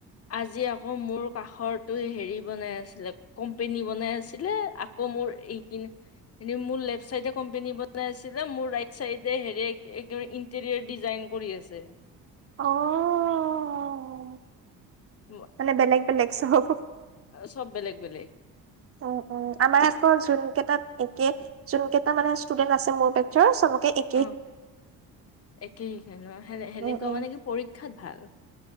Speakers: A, on the left; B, on the right.
A: আজি আকৌ মোৰ কাষৰটোই হেৰি বনাই আছিলে কোম্পেনী বনাই আছিলে, আকৌ মোৰ এইপিন এনে মোৰ লেফট চাইডে কোম্পনী বনাইছিলে মোৰ ৰাইট চাইডে হেৰি ডিজাইন কৰি আছে।
B: অ অ অ
A: <inaudible>
B: মানে বেলেগ বেলেগ চব।
A: চব বেলেগ বেলেগ।
B: উম উম আমাৰ আকৌ যোন কেইটাত একে যোন কেইটা মানে ষ্টুডেন্ট আছে মোৰ বেচ্ছৰ চবকে এক
A: অ একেই সে-সেনে-সেনেকুৱা
B: উম উম
A: মানে কি পৰীক্ষাত ভাল।